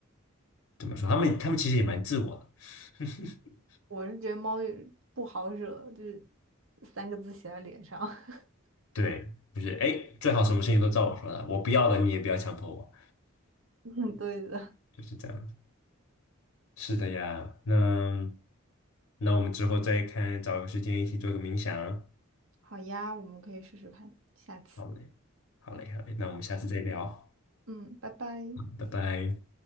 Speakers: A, on the left; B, on the right.
A: 怎么说？它们它们其实也蛮自我的，<laughs>
B: 我是觉得猫也不好惹，就是三个字写在脸上。<laughs>
A: 对，就是哎，诶最好什么事情都照我说的，我不要的你也不要强迫我，
B: 嗯，对的。
A: 就是这样子。是的呀，那那我们之后再看，找个时间一起做个冥想。
B: <laughs> 好呀，我们可以试试看，下次。
A: 好嘞，好嘞，好嘞，那我们下次再聊，
B: 嗯，拜拜。
A: 拜拜。